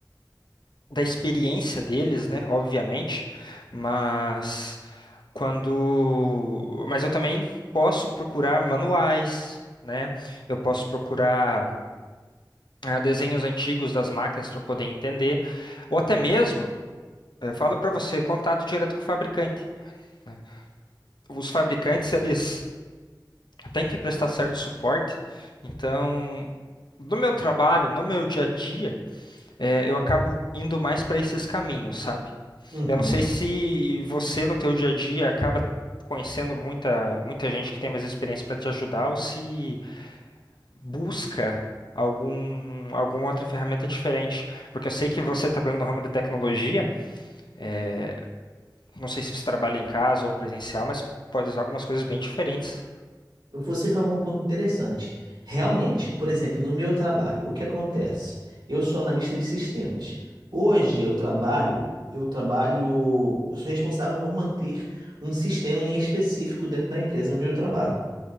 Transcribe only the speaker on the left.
da experiência deles, né? Obviamente, mas quando, mas eu também posso procurar manuais, né? Eu posso procurar ah, desenhos antigos das máquinas para poder entender, ou até mesmo, eu falo para você, contato direto com o fabricante. né? Os fabricantes, eles têm que prestar certo suporte. Então, no meu trabalho, no meu dia a dia, é, eu acabo indo mais para esses caminhos, sabe?
Eu não sei se você, no teu dia a dia, acaba conhecendo muita, muita gente que tem mais experiência para te ajudar ou se busca algum, alguma outra ferramenta diferente. Porque eu sei que você trabalhando no ramo de tecnologia, é, não sei se você trabalha em casa ou presencial, mas pode usar algumas coisas bem diferentes.